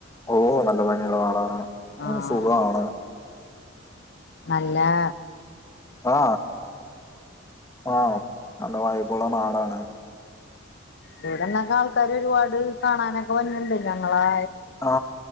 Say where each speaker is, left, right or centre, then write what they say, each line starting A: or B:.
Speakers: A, on the left; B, on the left.
A: ഓഹോ നല്ല ഭംഗിയുള്ള നാടാണ്
B: ആഹ്
A: സുഖാണ്
B: എല്ലാ
A: ആ ആ നല്ല വൈബ് ബുള്ള നാടാണ്
B: ഇവടന്നൊക്കെ ആൾക്കാരോരുപാട് കാണാനൊക്കെ വരുന്നുണ്ട് ഞങ്ങളെ
A: ആ